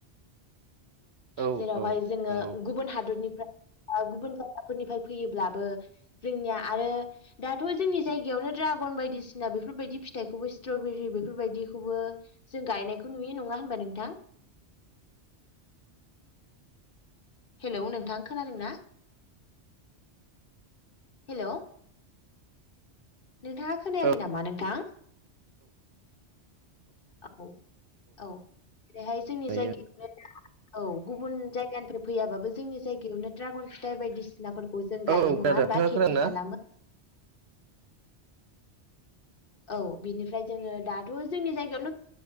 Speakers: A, on the right (about 65°); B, on the left (about 50°).
A: औ
B: जेरावहाय
A: औ
B: जोङो
A: नंगौ
B: गुबुन हादरनिफ्राय गुबुन जायगाफोरनिफ्राय फैयोब्लाबो जोंनिया आरो दाथ' जोंनि जायगायावनो दड्रागन बायदिसिना बेफोरबायदि फिथाइखौबो स्ट्रबेरि बेफोरबायदिखौबो जों गायनायखौ नुयो नङा होनबा नोंथां हेलौ नोंथां खोनादों ना हेल' नोंथाङा खोनायाखै
A: औ
B: नामा नोंथां औ औ बेहाय जोंनि
A: नुयो
B: जायगायावनो औ गुबुन जायगानि फैयाबो जोंनि जायगायावनो ड्रागन फिथाइ बायदिसिनाफोरखौ जों गायो
A: औ खोनादों
B: नङा होनबा
A: नोंथाङा
B: खेथि
A: खोनादोंना
B: खालामो औ बिनिफ्राय जोङो दाथ' जोंनि जायगायावनो